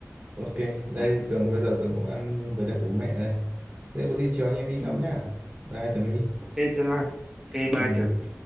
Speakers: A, on the right; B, in the centre.
A: ok đây
B: Dạ.
A: Tường bây giờ Tường cũng ăn với lại bố mẹ đây thế có gì chiều anh em đi
B: ừ.
A: sau nhá bye Tuấn Huy
B: ok Tường ơi ok bye
A: ừ.
B: Tường